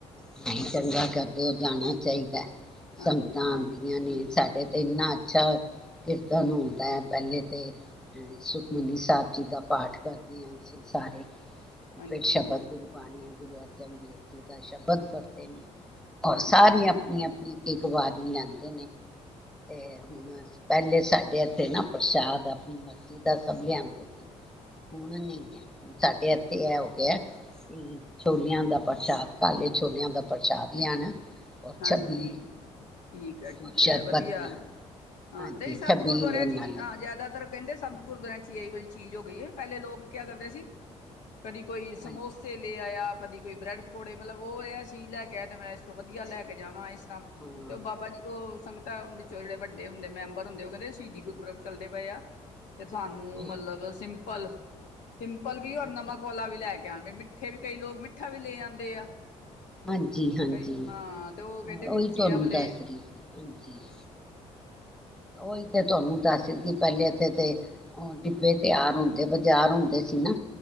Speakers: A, in the centre; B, on the left (about 80°).
A: ਨਹੀਂ ਚੰਗਾ ਕਰਦੇ ਓ, ਜਾਣਾ ਚਾਹੀਦੈ।
B: ਹਾਂਜੀ
A: ਸੰਗਤਾਂ
B: ਹਾਂਜੀ
A: ਆਂਦੀਆਂ ਨੇ, ਸਾਡੇ ਤੇ ਇੰਨਾ ਅੱਛਾ ਕੀਰਤਨ ਹੁੰਦਾ ਐ ਪਹਿਲੇ ਤੇ। ਸੁਖਮਨੀ ਸਾਹਿਬ ਜੀ ਦਾ ਪਾਠ ਕਰਦੇ ਆਂ, ਅਸੀਂ ਸਾਰੇ।
B: ਹਾਂਜੀ
A: ਫੇਰ ਸ਼ਬਦ ਗੁਰਬਾਣੀ ਐ, ਗੁਰੂ ਅਰਜਨ ਦੇਵ ਜੀ ਦਾ ਸ਼ਬਦ ਤ ਨੀ, ਔਰ
B: ਹਾਂਜੀ
A: ਸਾਰੀਆ
B: ਹਾਂ
A: ਆਪਣੀ ਆਪਣੀ ਇੱਕ ਵਾਰੀ ਲੈਂਦੇ ਨੇ। ਤੇ ਹੁਣ ਪਹਿਲੇ ਸਾਡੇ ਇੱਥੇ ਨਾ ਪ੍ਰਸ਼ਾਦ ਆਪਣੀ ਮਰਜ਼ੀ ਦਾ ਸਭ ਲਿਆਂਦੇ ਸੀ। ਹੁਣ ਨਹੀਂ ਐ, ਹੁਣ ਸਾਡੇ ਇੱਥੇ ਐਹ ਹੋ ਗਿਆ ਐ ਵੀ ਛੋਲਿਆਂ ਦਾ ਪ੍ਰਸ਼ਾਦ ਕਲਿ ਛੋਲਿਆਂ ਦਾ ਪ੍ਰਸ਼ਾਦ ਲਿਆਣਾ ਔਰ
B: ਹਾਂਜੀ,
A: ਛੱਬੀ
B: ਠੀਕ ਐ ਠੀਕ
A: ਔਰ ਸ਼ਰਬਤ
B: ਐ, ਵਧੀਆ
A: ਪਿਆਣਾ
B: ਹਾਂ
A: ਹਾਂਜੀ
B: ਨਹੀਂ ਸਭ
A: ਛਬੀਲ
B: ਗੁਰਦੁਆਰਿਆਂ ਚ
A: ਨਾਲੇ
B: ਆਂ ਜ਼ਿਆਦਾਤਰ ਕਹਿੰਦੇ ਸਭ ਗੁਰਦੁਆਿਆਂ ਚ ਏ ਈ ਵਾਲੀ ਚੀਜ਼ ਹੋ ਗਈ ਐ। ਪਹਿਲੇ ਲੋਕ ਕਿਆ ਕਰਦੇ ਸੀ ਕਦੀ ਕੋਈ ਸਮੋਸੇ
A: ਹਾਂਜੀ
B: ਲੇ ਆਇਆ ਦੀ ਕੋਈ ਬ੍ਰੈਡ ਪਕੌੜੇ। ਮਤਲਬ ਉਹ ਐਹ ਚੀਜ਼ ਲੈ ਕੇ ਆਇਆ, ਤੇ ਮੈਂ ਤੋਂ ਵਧੀਆ ਲੈ ਕੇ ਜਾਵਾਂ ਇਸ
A: ਹਾਂ
B: ਤੇ ਉਹ, ਬਾਬਾ ਜੀ ਓਹ ਸੰਗਤਾਂ ਵਿੱਚੋਂ ਜਿਹੜੇ ਵੱਡੇ ਹੁੰਦੇ ਮੈਂਬਰ ਹੁੰਦੇ, ਉਹ ਕੈਂਦੇਂ ਸੀ਼ਦੀ ਗੁਰਪੁਰਬ ਚੱਲਦੇ ਪਏ ਆ ਤੇ ਤੁਹਾਨੂੰ
A: ਹਾਂ
B: ਮਤਲਬ ਸਿੰ ਪਲ ਸਿੰਪਲ ਵੀ, ਔਰ
A: ਅੱਛਾ
B: ਨਮਕ
A: ਅੱਛਾ
B: ਵਾਲਾ ਵੀ ਲੈ ਕੇ ਆਣ। ਮਿੱਠੇ ਵੀ ਕਈ ਲੋਕ ਮਿੱਠਾ ਵੀ ਲੈ ਆਂਦੇ ਆ।
A: ਹਾਂਜੀ। ਜੀ ਹਾਂਜੀ,
B: ਕਈ ਹਾਂ ਤੇ ਉਹ ਕਹਿੰਦੇ
A: ਓ
B: ਕਿ
A: ਓਹੀ
B: ਤੁਸੀਂ
A: ਤੁਆਨੂੰ
B: ਇਹ ਵਾਲੇ
A: ਦੱਸ ਰਹੀ ਸੀ, ਹਾਂਜੀ। ਓ ਈ ਤੇ ਤੁਆਨੂੰ ਦੱਸ ਰੀ ਸੀ ਪਹਿਲੇ ਇੱਥੇ ਤੇ, ਉਹ ਡਿੱਬੇ ਤਿਆਰ ਹੁੰਦੇ ਬਾਜ਼ਾਰ ਹੁੰਦੇ ਸੀ ਨਾ